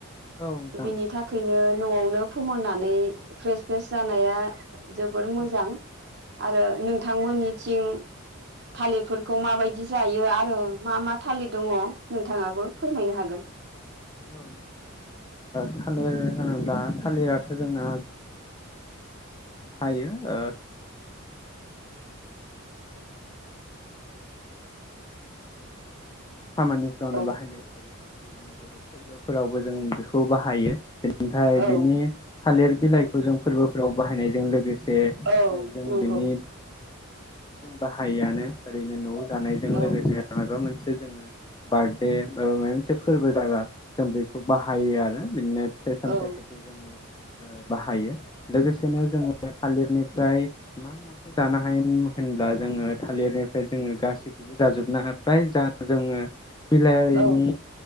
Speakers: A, on the left; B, on the right.
A: नोंथां
B: बिनि थाखायनो न'आवनो फोमोननानै फ्रेस फ्रेस जानाया जोबोर
A: औ
B: मोजां आरो नोंथांमोननिथिं थालिरफोरखौ माबायदि जायो आरो मा मा थालिर दंङ नोंथांङाबो फोरमायनो हागोन
A: ओ थालिर होनोब्ला थालिरा जोंना थायो ओ ओ खामानिफ्रावनो
B: औ
A: बाहाय <unintelligible> फोरावबो जों बेखौ बाहायो। ओमफ्राय बिनि
B: औ
A: थालिर बिलाइखौ जों फोरबोफोराव बाहायनायजों लोगो से
B: औ
A: <inaudible>
B: नंगौ
A: बिनि बाहायोआनो ओरैनो न'आव जानायजों
B: औ
A: लोगोसे मायबा मोनसे जोंङो बार्थडे ओ मायबा माबा मोनसे फोरबो जाबा जों बेखौ बाहायो आरो बिदिनो फिथाइ सामथाइफोरखौ
B: औ
A: जोंङो ओ बाहायो लोगोसेनो जोङो बे थालिरनिफ्राय मा माखौ जानो हायोमोन होनब्ला जोङो थालिरनिफ्राय जोंङो गासैखौबो जाजोबनो हा फ्राय जा जोङो बिलायारिनि
B: औ